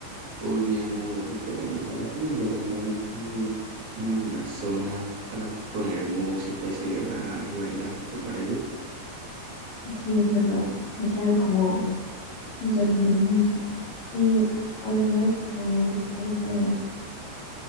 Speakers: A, on the right; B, on the left.
A: podríamos esperar un rato y ya nos vamos como, como a alguna zona para poner música y celebrar y bailar, ¿te parece?
B: Sí, es verdad. Tiene que haber como un salón de música. Y hablando de eso, ¿qué música te gustaría?